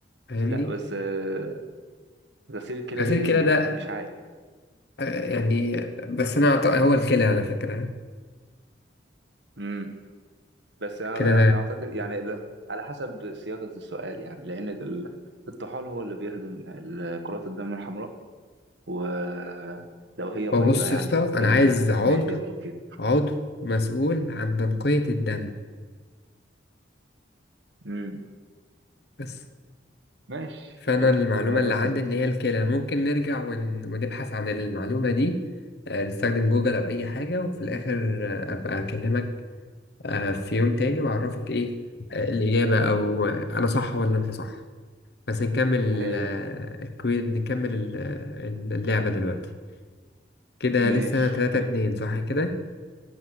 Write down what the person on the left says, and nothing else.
فاهمني
غسيل
كلى
ده
آه، يعني بس انا أعتقد هو الكلى على فكرة
كده
هو بص
يا اسطى
انا عايز عضو
عضو مسؤول عن تنقية الدم
بس
فأنا
المعلومة
اللي عندي
إن هي الكلى ممكن نرجع ون... ونبحث عن المعلومة دي آه، نستخدم جوجل أو أي حاجة وفي الآخر آه، أبقى أكلمك آه، في يوم تاني وأعرفك إيه آه، الإجابة أو آه، أنا صح ولا أنت صح بس نكمل
آه، الكوي... نكمل ال- آه، اللعبة دلوقتي كده
لسه تلاتة
اتنين صح كده؟